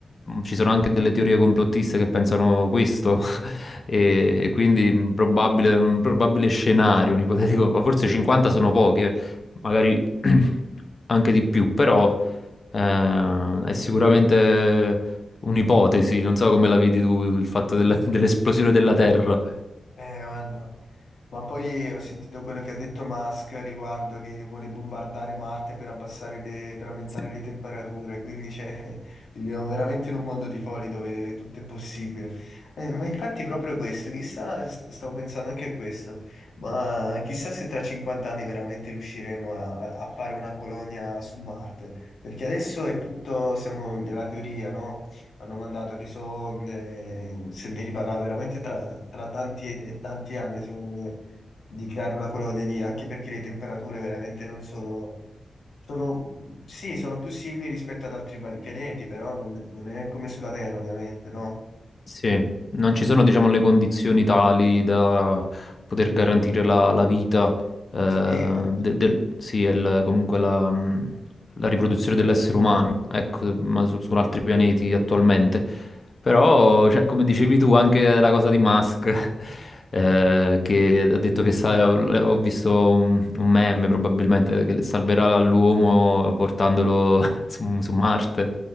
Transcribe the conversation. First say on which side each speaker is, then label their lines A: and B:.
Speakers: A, on the left; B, on the left.
A: mm, ci sono anche delle teorie complottiste che pensano questo. E, e quindi un probabile, un probabile scenario, un ipotetico, ma forse 50 sono pochi, eh, magari <clears throat> anche di più, però eh, è sicuramente un'ipotesi, non so come la vedi tu, il fatto della- <laughs> dell'esplosione della Terra.
B: Eh, guarda. Ma poi ho sentito quello che ha detto Musk riguardo che vuole bombardare Marte per abbassare le, per aumentare
A: Sì.
B: le temperature, quindi cioè, <laughs> viviamo veramente in un mondo di folli dove tutto è possibile. Eh, ma infatti proprio questo, chissà, st- stavo pensando anche a questo, ma chissà se tra 50 anni veramente riusciremo a, a fare una colonia su Marte, perché adesso è tutto, siamo nella teoria, no? hanno mandato lì sonde, Sendini parlava veramente tra, tra tanti e, e tanti anni, secondo me, di creare una colonia lì, anche perché le temperature veramente non sono, sono, sì, sono più simili rispetto ad altri pal- pianeti, però non, non è come sulla Terra, ovviamente, no?
A: Sì, non ci sono, diciamo, le condizioni tali da poter garantire la, la vita, eh,
B: Sì,
A: de- del- sì, e il- comunque la, mh, la riproduzione dell'essere umano, ecco, ma su, su altri pianeti attualmente. Però, cioè, come dicevi tu, anche la cosa di Musk, <laughs> eh, che ha detto che sa- ho visto un, un meme probabilmente che salverà l'uomo portandolo <laughs> su, su Marte,